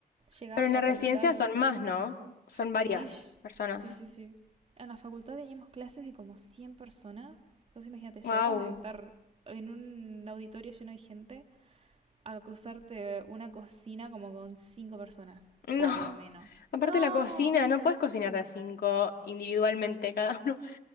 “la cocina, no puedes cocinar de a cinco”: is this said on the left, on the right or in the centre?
Left